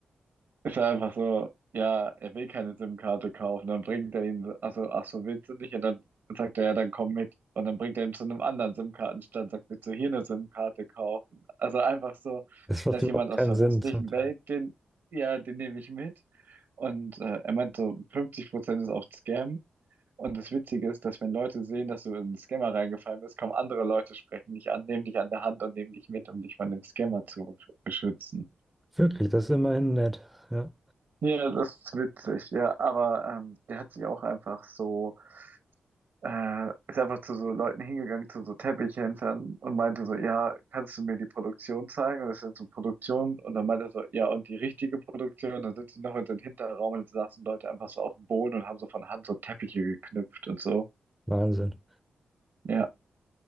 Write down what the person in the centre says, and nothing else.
Das macht
überhaupt
keinen
Sinn
zum Teil.
Wirklich, das ist immerhin nett. Ja,
Wahnsinn.